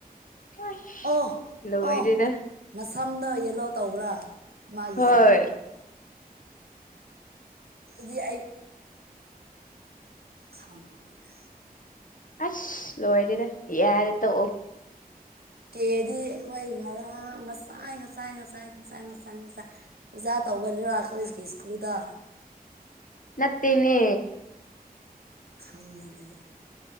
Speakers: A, on the left (about 60°); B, on the right (about 80°).
A: <unintelligible>
B: ꯑꯣ
A: ꯂꯣꯏꯔꯦꯗ
B: ꯑꯣ ꯃꯁꯝꯗꯣ ꯌꯦꯂꯣ ꯇꯧꯕ꯭ꯔꯥ ꯃꯥꯒꯤ
A: ꯍꯣꯏ
B: ꯁꯝꯗꯣ ꯑꯗꯨꯗꯤ ꯑꯩ ꯁꯥꯎꯅꯤꯡꯈ꯭ꯔꯦꯗ
A: ꯑꯁ ꯂꯣꯏꯔꯦꯗ ꯌꯥꯔꯦ ꯇꯣꯛꯑꯣ
B: ꯀꯦꯗꯤ ꯑꯩꯈꯣꯏ ꯉꯔꯥꯡ ꯉꯁꯥꯏ ꯉꯁꯥꯏ ꯉꯁꯥꯏ ꯉꯁꯥꯏ ꯉꯁꯥꯏ ꯉꯁꯥꯏ ꯑꯣꯖꯥ ꯇꯧꯕꯔꯤꯔꯥ ꯈꯣꯏꯒꯤ ꯁꯀꯨ꯭ꯜꯗ
A: ꯅꯠꯇꯦꯅꯦ
B: ꯈꯪꯗꯦ ꯑꯗꯨꯗꯤ